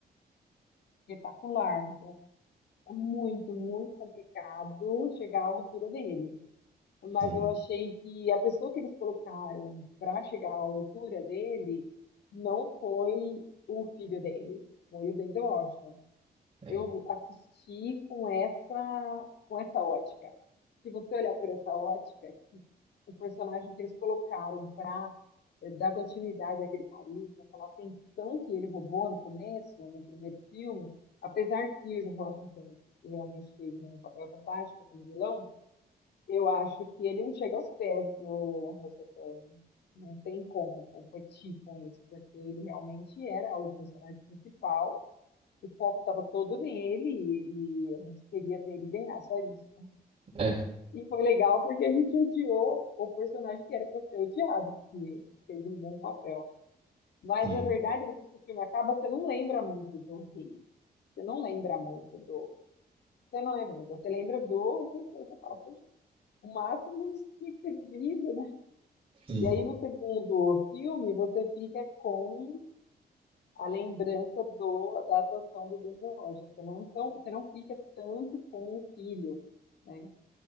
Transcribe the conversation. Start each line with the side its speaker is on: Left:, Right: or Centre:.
Left: espetacular, então é muito, muito complicado chegar à altura dele mas
Right: Sim,
Left: eu achei que a pessoa que eles colocaram para chegar à altura dele não foi o filho dele, foi o Denzel Washington.
Right: é.
Left: Eu assisti com essa com essa ótica. Se você olhar por essa ótica, que o personagem que eles colocaram para dar continuidade àquele carisma, aquela atenção que ele roubou no começo, no primeiro filme, apesar que o Joaquin Phoenix realmente fez um papel fantástico como vilão eu acho que ele não chega aos pés do Russell Crowe. Não tem como competir com isso, porque ele realmente era o personagem principal. O foco estava todo nele, e ele, a gente queria ver ele ganhar, só isso.
Right: É,
Left: E foi legal porque a gente odiou o personagem que era para ser odiado, que fez um bom papel. Mas,
Right: sim.
Left: na verdade, depois que o filme acaba, você não lembra muito do rei. Você não lembra muito do. Você não lembra muito. Você lembra do. Você fala, poxa, o máximo tinha que ter vivido, né?
Right: Sim,
Left: E aí, no segundo filme, você fica com a lembrança do, da atuação do Denzel Washington. Você não, tão, você não fica tanto com o filho, né?